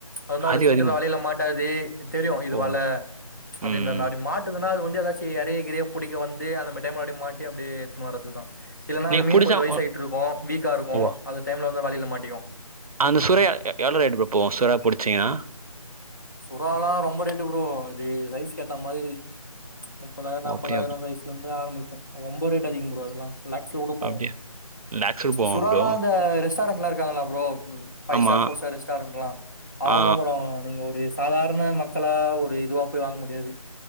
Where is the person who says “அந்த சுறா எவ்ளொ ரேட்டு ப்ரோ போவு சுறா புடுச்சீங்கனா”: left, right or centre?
Right